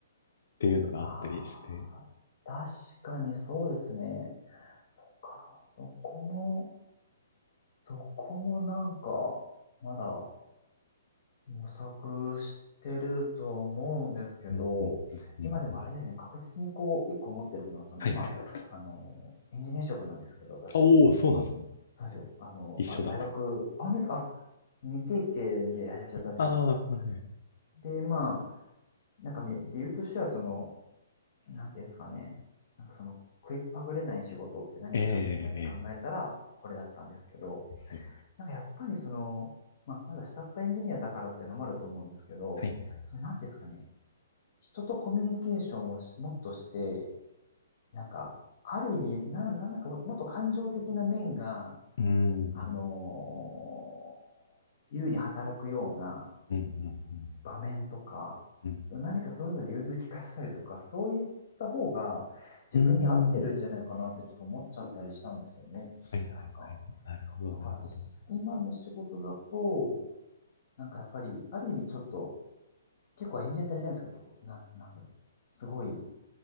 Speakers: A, on the left; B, on the left.
A: ていうのがあったりして。
B: ああ、確かにそうですね。そっか。そこも、そこもなんか、まだ模索してるとは思うんですけど、
A: うんうんうんうんうん。
B: 今でもあれですね、確実にこう、一個持ってるのは、その今、
A: はいはい。
B: あの、エンジニア職なんですけど、私、
A: おお、そうなんですね。
B: なんですよ、あの、
A: 一緒だ。
B: まあ、大学、あ、本当ですか、あ、未経験で始めちゃったんですよ、
A: ああ、
B: 僕。
A: すいません。
B: で、まあ、なんかみ理由としては、その、なんていうんですかね、なんかその、食いっぱぐれない仕事って何かなって考えたら、
A: ええええ
B: これだったんですけど、
A: ええ
B: なんかやっぱりその、まあ、まだ下っ端エンジニアだからっていうのもあると思うんですけど、
A: はいはいはい。
B: その、なんていうんですかね、人とコミュニケーションをしもっとして、なんか、ある意味、なん、なんなんかももっと感情的な面が、
A: うーん。
B: あのー優に働くような
A: うんうん
B: 場面とか、
A: うん
B: 何かそういうので融通きかしたりとか、そういった方が自分に合ってるんじゃないかなってちょっと思っちゃったりしたんですよね。
A: うん。うーん。はいはいはい。
B: なんか、
A: なるほど、
B: だから
A: なるほど。
B: 今の仕事だと、なんかやっぱり、ある意味ちょっと、結構エンジニアってあれじゃないですか、結構、なん、なんだろう。すごい